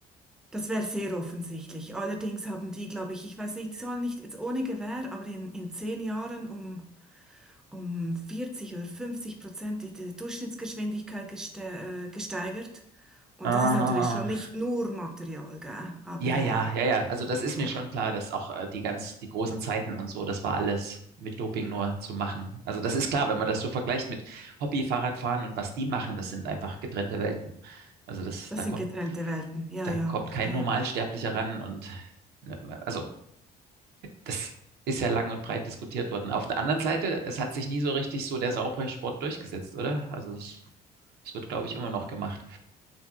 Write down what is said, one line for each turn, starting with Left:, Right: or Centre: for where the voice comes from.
Centre: Das wäre sehr offensichtlich. Allerdings haben die, glaube ich, ich weiß nicht, die sollen nicht jetzt ohne Gewähr, aber in, in zehn Jahren um, um 40 oder 50 Prozent die, die Durchschnittsgeschwindigkeit geste äh, gesteigert. Und
Right: Aha.
Centre: das ist natürlich schon nicht nur Material, gell? Aber
Right: Ja,
Centre: äh,
Right: ja, ja, ja. Also das ist mir
Centre: ja,
Right: schon klar, dass auch äh, die ganz, die großen Zeiten und so, das war alles mit Doping nur zu machen. Also das ist klar, wenn man das so vergleicht mit Hobby-Fahrradfahren und was die machen, das sind einfach getrennte Welten. Also das,
Centre: das
Right: da
Centre: sind
Right: kommt,
Centre: getrennte Welten. Ja,
Right: da
Centre: ja,
Right: kommt kein
Centre: ja, ja.
Right: Normalsterblicher ran und ne, also das ist ja lang und breit diskutiert worden. Auf der anderen Seite, es hat sich nie so richtig so der Sauerbrei-Sport durchgesetzt, oder? Also das, das wird, glaube ich, immer noch gemacht,